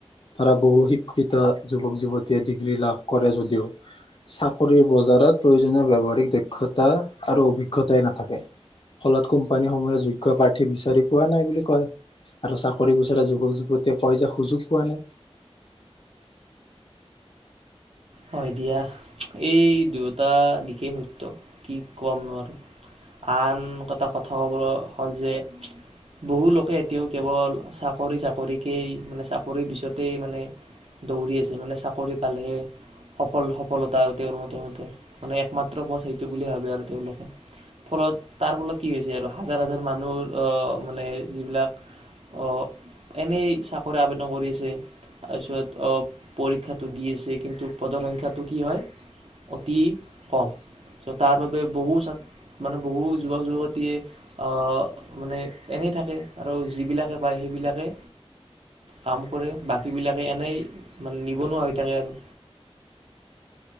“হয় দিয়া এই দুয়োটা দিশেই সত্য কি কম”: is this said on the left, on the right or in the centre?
Right